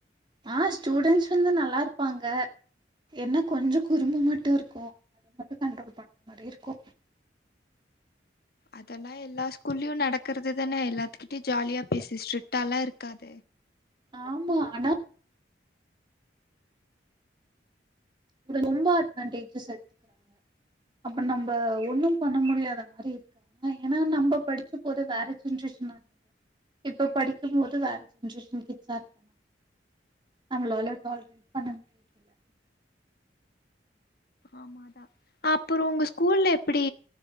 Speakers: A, on the right; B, on the left.
A: ஆ ஸ்டூடெண்ட்ஸ் வந்து நல்லா இருப்பாங்க என்ன கொஞ்சோ குறும்பு மட்டு இருக்கு அத மட்டு கண்ட்ரோல் பண்ற மாரி இருக்கு
B: அதெல்லா எல்லா ஸ்கூல்லயு நடக்கறது தானே எல்லாத்துகிட்டயு ஜாலியா பேசு ஸ்ட்ரிக்டாலா இருக்காத
A: ஆமா ஆனா ரொம்ப அட்வான்டேஜஸ் எடுத்துக் அப்ப நம்ம ஒண்ணு பண்ண முடியாத மாரி ஆ ஏனா நம்ம படிச்சம் போது வேற ஜென்ரேசனா இப்போ படிக்கும் போது வேற ஜென்ரேஷன் கிட்சாருக் நம்மளால டார்கெட் பண்ண இல்ல
B: ஆமாதா அப்பறோ உங்க ஸ் கூல்ல எப்டி